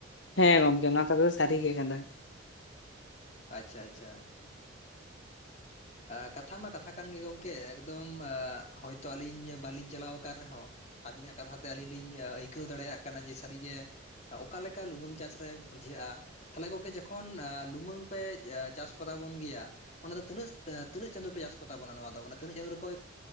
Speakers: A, on the left; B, on the left.
A: ᱦᱮᱸ ᱜᱚᱝᱠᱮ ᱱᱚᱣᱟ ᱠᱚ ᱫᱚ ᱥᱟᱹᱨᱤ ᱜᱮ ᱠᱟᱱᱟ᱾
B: ᱟᱪᱪᱷᱟ ᱟᱪᱪᱷᱟ, ᱠᱟᱛᱷᱟ ᱢᱟ ᱠᱟᱛᱷᱟ ᱠᱟᱱ ᱜᱮ ᱜᱚᱝᱠᱮ ᱮᱠᱫᱚᱢ ᱦᱚᱭᱛᱚ ᱟᱞᱤᱧ ᱵᱟᱞᱤᱧ ᱪᱟᱞᱟᱣ ᱟᱠᱟᱱ ᱨᱮᱦᱚᱸ ᱟᱵᱤᱱᱟᱜ ᱠᱟᱛᱷᱟ ᱛᱮ ᱟᱹᱞᱤᱧ ᱞᱤᱧ ᱟᱹᱭᱠᱟᱹᱣ ᱫᱟᱲᱮᱭᱟᱜ ᱠᱟᱱᱟ, ᱡᱮ ᱥᱟᱹᱨᱤᱜᱮ ᱚᱠᱟ ᱞᱮᱠᱟ ᱞᱩᱢᱟᱹᱝ ᱪᱟᱥ ᱨᱮ ᱵᱩᱡᱷᱟᱹᱜᱼᱟ᱾ ᱛᱟᱦᱚᱞᱮ ᱜᱚᱝᱠᱮ ᱡᱚᱠᱷᱚᱱ ᱞᱩᱢᱟᱹᱝ ᱯᱮ ᱪᱟᱥ ᱠᱚᱛᱟ ᱵᱚᱱ ᱜᱮᱭᱟ, ᱚᱱᱟ ᱫᱚ ᱛᱤᱱᱟᱹᱜ ᱛᱤᱱᱟᱹᱜ ᱪᱟᱸᱫᱳ ᱯᱮ ᱪᱟᱥ ᱠᱚᱛᱟ ᱵᱚᱱᱟ ᱱᱚᱣᱟ ᱫᱚ, ᱢᱟᱱᱮ ᱛᱤᱱᱟᱹᱜ ᱪᱟᱸᱫᱳ ᱨᱮᱠᱚ